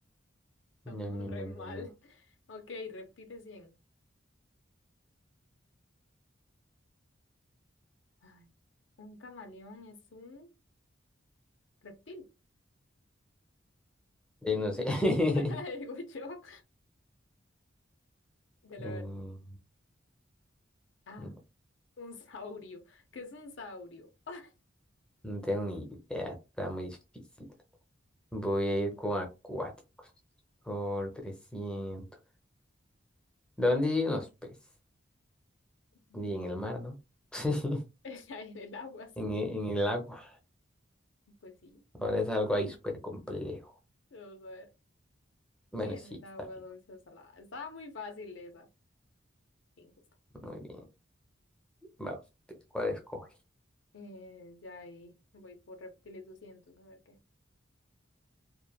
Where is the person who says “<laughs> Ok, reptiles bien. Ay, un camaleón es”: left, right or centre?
Left